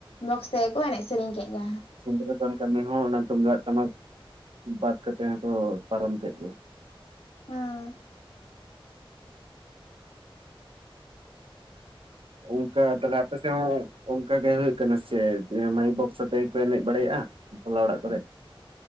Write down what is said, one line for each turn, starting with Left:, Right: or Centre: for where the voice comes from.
Left: ᱵᱚᱠᱥ ᱛᱮᱜᱮ ᱠᱚ ᱮᱱᱮᱡ ᱥᱮᱨᱮᱧ ᱠᱮᱫ ᱜᱮᱭᱟ ᱦᱟᱸᱜ᱾
Right: ᱥᱤᱫᱩᱨᱟᱹᱫᱟᱱ ᱠᱟᱹᱢᱤ ᱦᱚᱸ ᱚᱱᱟ ᱛᱩᱢᱫᱟᱜ ᱴᱟᱢᱟᱠ ᱵᱟᱫ ᱠᱟᱛᱮ ᱦᱚᱸ ᱠᱚ ᱯᱟᱨᱚᱢ ᱠᱮᱫ ᱜᱮ᱾
Left: ᱦᱚᱸ
Right: ᱚᱝᱠᱟ ᱛᱟᱦᱚᱞᱮ ᱟᱯᱮ ᱥᱮᱫ ᱦᱚᱸ ᱚᱝᱠᱟ ᱜᱮ ᱦᱩᱭᱩᱜ ᱠᱟᱱᱟ ᱥᱮ ᱪᱮᱫ, ᱢᱟᱭᱤᱠ ᱵᱚᱠᱥ ᱟᱛᱮᱜ ᱜᱮ ᱠᱚ ᱮᱱᱮᱡ ᱵᱟᱲᱟᱭᱮᱜᱼᱟ ᱵᱟᱚᱞᱟ ᱚᱲᱟᱜ ᱠᱚᱨᱮ?